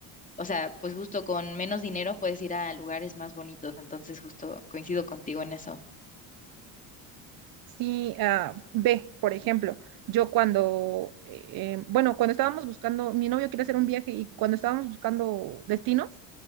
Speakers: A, on the left; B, on the right.
A: o sea, pues justo con menos dinero puedes ir a lugares más bonitos, entonces justo coincido contigo en eso.
B: Sí, ah, ve, por ejemplo, yo cuando, eh, eh, bueno, cuando estábamos buscando, mi novio quiere hacer un viaje y cuando estábamos buscando destinos,